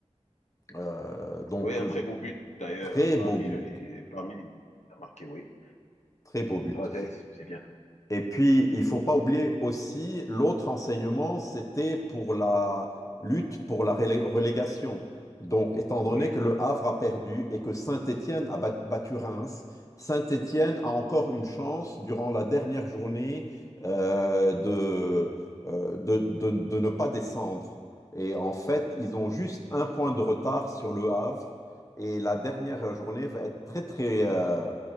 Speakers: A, on the left; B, on the left.
A: Euh, donc,
B: Oui, un
A: euh,
B: très beau but, d'ailleurs,
A: très
B: parmi
A: beau but.
B: les, parmi les t'as marqué, oui.
A: Très beau but.
B: Tu vois, C'est c'est bien.
A: Et puis, il faut pas oublier aussi, l'autre enseignement, c'était pour la lutte pour la relé- relégation. Donc, étant donné
B: Oui.
A: que le Havre a perdu et que Saint-Étienne a bat- battu Reims, Saint-Étienne a encore une chance durant la dernière journée euh, de, euh, de, de- de ne pas descendre. Et en fait, ils ont juste un point de retard sur le Havre. Et la dernière journée va être très, très, euh,